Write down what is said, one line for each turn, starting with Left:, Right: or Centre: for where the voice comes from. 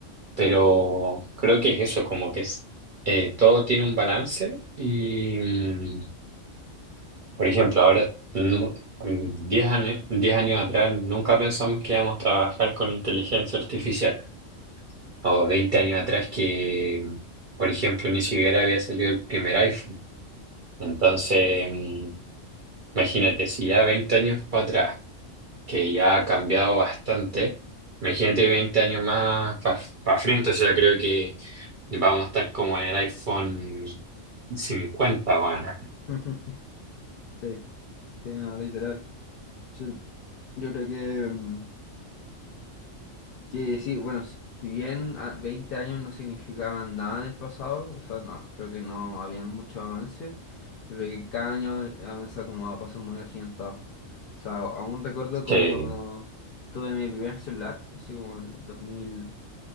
Right: pero creo que es eso, como que es- eh, todo tiene un balance y, mm, por ejemplo, ahora, nu- mm, 10 años, 10 años atrás, nunca pensamos que íbamos a trabajar con inteligencia artificial, o 20 años atrás que... mm, Por ejemplo, ni siquiera había salido el primer iPhone. Entonces, mm, imagínate, si ya 20 años para atrás que ya ha cambiado bastante. Imagínate 20 años más para frente, o sea, creo que vamos a estar como en el iPhone 50, bueno.
Left: <laughs> Sí, sí, no, literal. Sí, yo creo que mm, Que sí, bueno, si, si bien a- 20 años no significaban nada en el pasado, o sea, no, creo que no había mucho avance, yo creo que cada año eh, avanza como a pasos muy agigantados. O sea, aún recuerdo como
Right: Que,
Left: cuando tuve mi primer celular, así como en dos mil